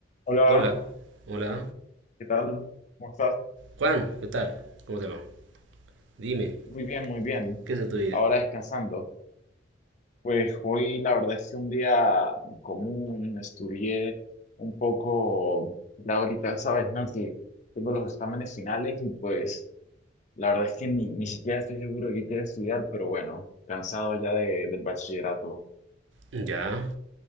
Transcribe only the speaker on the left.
Hola,
¿qué tal? ¿Cómo estás?
Muy bien, muy bien.
Ahora descansando. Pues hoy la verdad es que un día común, estudié un poco, ya ahorita sabes, ¿no? Que tengo los exámenes finales y pues la verdad es que ni, ni siquiera estoy seguro de qué quiero estudiar, pero bueno, cansado ya de- del bachillerato.